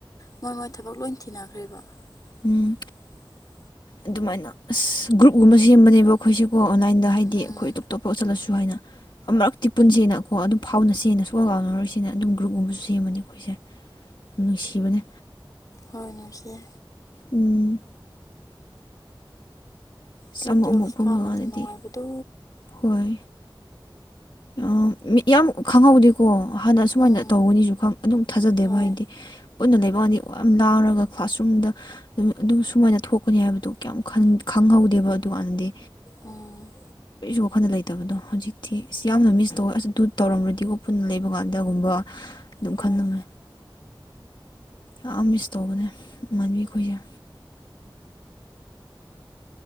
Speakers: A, on the left; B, on the left.
A: ꯃꯣꯏ ꯃꯣꯏ ꯊꯕꯛ ꯂꯣꯏ ꯊꯤꯅꯈ꯭ꯔꯦꯕ <inaudible>
B: ꯎꯝ ꯑꯗꯨꯃꯥꯏꯅ ꯑꯁ ꯒ꯭ꯔꯨꯞꯒꯨꯝꯕ ꯁꯦꯝꯕꯅꯦꯕ ꯑꯩꯈꯣꯏꯁꯦꯀꯣ ꯑꯣꯟꯂꯥꯏꯟꯗ ꯍꯥꯏꯗꯤ
A: ꯎꯝ
B: ꯑꯩꯈꯣꯏ ꯑꯇꯣꯞꯇꯣꯞꯄ ꯆꯠꯂꯁꯨ ꯍꯥꯏꯅ ꯑꯃꯔꯛꯇꯤ ꯄꯨꯟꯁꯦꯅꯀꯣ ꯑꯗꯨꯝ ꯐꯥꯎꯅꯁꯦꯅ ꯁꯨꯛꯀꯥꯎ ꯀꯥꯎꯅꯔꯣꯏꯁꯦꯅ ꯑꯗꯨꯝ ꯒ꯭ꯔꯨꯞꯀꯨꯝꯕꯁꯨ ꯁꯦꯝꯕꯅꯦ ꯑꯩꯈꯣꯏꯁꯦ ꯅꯨꯡꯁꯤꯕꯅꯦ
A: ꯍꯣꯏ ꯅꯨꯡꯁꯤꯌꯦ
B: ꯎꯝ ꯑꯁ
A: <unintelligible>
B: ꯑꯃꯨꯛ
A: ꯇꯨꯋꯦꯜꯐ
B: ꯑꯃꯨꯛ ꯄꯨꯟꯕ
A: ꯀꯥ ꯃꯇꯝ
B: ꯀꯥꯟꯗꯗꯤ
A: ꯅꯨꯡꯉꯥꯏꯕꯗꯨ
B: ꯍꯣꯏ ꯑꯝ ꯃꯤ ꯌꯥꯝ ꯈꯪꯍꯧꯗꯦꯀꯣ ꯍꯥꯟꯅ ꯁꯨꯃꯥꯏꯅ
A: ꯎꯝ
B: ꯇꯧꯕꯒꯅꯤꯁꯨ ꯈꯪ ꯑꯗꯨꯝ ꯊꯥꯖꯗꯦꯕ
A: ꯍꯣꯏ
B: ꯍꯥꯏꯗꯤ ꯄꯨꯟꯅ ꯂꯩꯕꯥꯀꯥꯟꯗꯤ ꯑꯣ ꯌꯥꯝ ꯂꯥꯡꯔꯒ ꯀ꯭ꯂ꯭ꯥꯁꯔꯨꯝꯗ ꯑꯗꯨ ꯁꯨꯃꯥꯏꯅ ꯊꯣꯛꯀꯅꯤ ꯍꯥꯏꯕꯗꯨ ꯀꯌꯥꯝ ꯈꯪꯍꯧꯗꯦꯕ ꯑꯗꯨꯀꯥꯟꯅꯗꯤ
A: ꯎꯝ
B: ꯀꯔꯤꯁꯨ ꯋꯥꯈꯟꯗ ꯂꯩꯇꯕꯗꯣ ꯍꯧꯖꯤꯛꯇꯤ ꯑ ꯌꯥꯝꯅ ꯃꯤꯁ ꯇꯧꯋꯦ ꯑꯁ ꯑꯗꯨ ꯇꯧꯔꯝꯃꯗꯤꯀꯣ ꯄꯨꯟꯅ ꯂꯩꯕ ꯀꯥꯟꯗꯒꯨꯝꯕ ꯑꯗꯨꯝ
A: ꯍꯣꯏ
B: ꯈꯜꯂꯝꯃꯦ ꯌꯥꯝ ꯃꯤꯁ ꯇꯧꯕꯅꯦ ꯉꯟꯕꯤ ꯑꯩꯈꯣꯏꯁꯦ